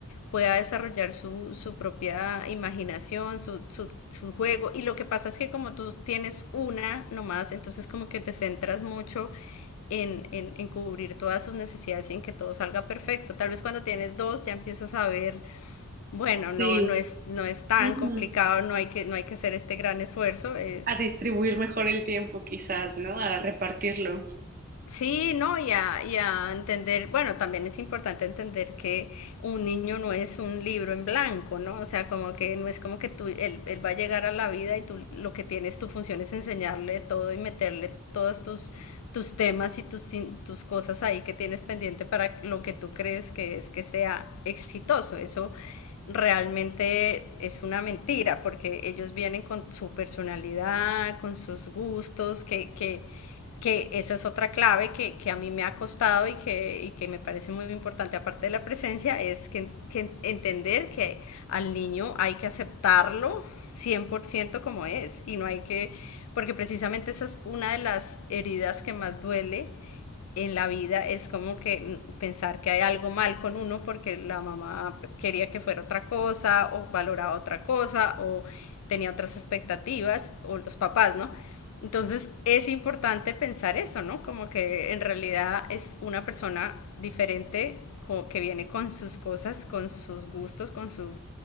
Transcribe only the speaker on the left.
pueda desarrollar su, su propia imaginación, su, su, su juego. Y lo que pasa es que como tú tienes una nomás, entonces como que te centras mucho en, en, en cubrir todas sus necesidades y en que todo salga perfecto. Tal vez cuando tienes dos ya empiezas a ver bueno, no,
no, es, no es tan
complicado, no hay, que, no hay que hacer este gran esfuerzo, es
Sí, no, y a, y a entender, bueno, también es importante entender que un niño no es un libro en blanco, ¿no? O sea, como que no es como que tú, él, él va a llegar a la vida y tú lo que tienes, tu función es enseñarle todo y meterle todos tus, tus temas y tus, in- tus cosas ahí que tienes pendiente para lo que tú crees que es que sea exitoso. Eso realmente es una mentira, porque ellos vienen con su personalidad, con sus gustos, que... que que esa es otra clave que, que, a mí me ha costado y que, y que me parece muy importante, aparte de la presencia, es que, que entender que al niño hay que aceptarlo 100% como es y no hay que, porque precisamente esa es una de las heridas que más duele en la vida es como que pensar que hay algo mal con uno porque la mamá quería que fuera otra cosa o valoraba otra cosa o tenía otras expectativas o los papás, ¿no? Entonces es importante pensar eso, ¿no? Como que en realidad es una persona diferente que viene con sus cosas, con sus gustos, con sus